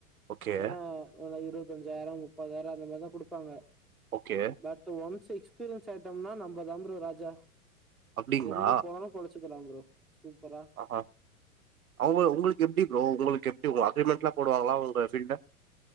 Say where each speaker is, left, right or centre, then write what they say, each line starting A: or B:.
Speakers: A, on the right (about 75°); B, in the centre.
A: ஓகே
B: ஏன்னா ஓல இருவத்தஞ்சாயிரோ முப்பதாயிரோ அந்த மாரிதா குடுப்பாங்க
A: ஓகே
B: பட்டு ஒன்ஸ் எக்ஸ்பீரியன்ஸ் ஆயிட்டம்னா நம்மதாம் ப்ரோ ராஜா
A: அப்படிங்களா
B: எங்கப் போனாலு பொழச்சுக்கலா ப்ரோ சூப்பரா
A: ஆஹா அவங்க உங்கள்க் எப்டி ப்ரோ உங்களுக்கெப்டி உங்க அக்ரிமெண்ட்லா போடுவாங்களா உங்க ஃபீல்ட்ல